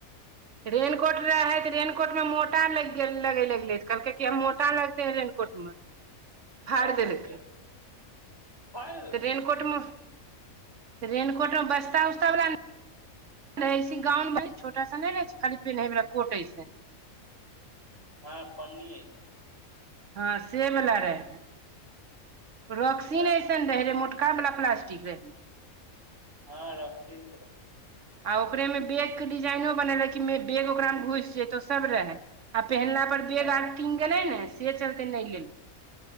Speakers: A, on the right; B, on the left.
A: रेन कोट रहे तऽ रेनकोट मे मोटा लैग गेल लगे लगलै तऽ कहलकै कि हम मोटा लग ते रेन कोट मे।
B: <inaudible>
A: फाड़
B: अच्छा
A: देलके
B: फाड़ि देलकै
A: तऽ रेन कोट मे रेन कोटमे बस्ता-उस्ता बला नै रहै छी गाउन मे छोटा सा ने रहै छै खाली पिन्हे वला कोट ऐसे
B: हां पन्नी ऐसन।
A: हां से बला रहै। रॉक्सिन
B: तऽ
A: ऐसन रहे रहै, मोटका वला प्लास्टिक रहै।
B: हां रॉक्सिन के रहो।
A: आ ओकरे मे बैग के डिजाइनो बनेले मे बैग ओकरा मे घुस जेतो सब रहै आ पिहिनला पर बैग
B: हँ
A: आर भींग गेलै ने से चलतै नै लेल